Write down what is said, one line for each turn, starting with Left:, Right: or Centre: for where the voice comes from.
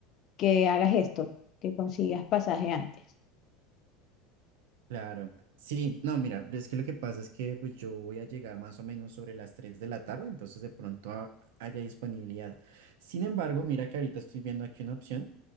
Left: que hagas esto, que consigas pasaje antes.
Right: Claro, sí, no, mira, es que lo que pasa es que pues yo voy a llegar más o menos sobre las 3 de la tarde, entonces de pronto ha- haya disponibilidad. Sin embargo, mira que ahorita estoy viendo aquí una opción